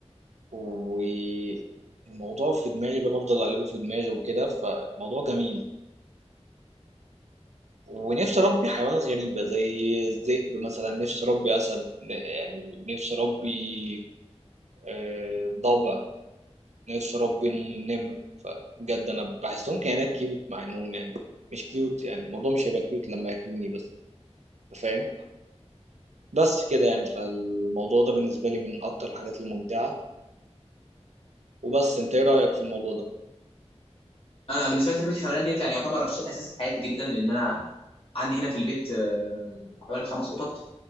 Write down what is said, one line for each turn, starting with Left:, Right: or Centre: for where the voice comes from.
Right: والموضوع في دماغي بقى بفضل اقلبه في دماغي وكده فالموضوع جميل ونفسي اربي حيوانات غريبه زي الذئب مثلا نفسي اربي اسد ن- يعني نفسي اربي آه، ضبع نفسي اربي نمر فبجد انا بحسهم كائنات كيوت مع انهم يعني مش كيوت يعني الموضوع مش هيبقى كيوت لما ياكلوني بس انت فاهم بس كده يعني فالموضوع ده بالنسبه لي من اكتر الحاجات الممتعه وبس انت ايه رايك في الموضوع ده
Left: انا بالنسبه لي تربيه الحيوانات ديت يعني يعتبر شيء اساسي في حياتي جدا لان انا عندي هنا في البيت آه، حوالي خمس قطط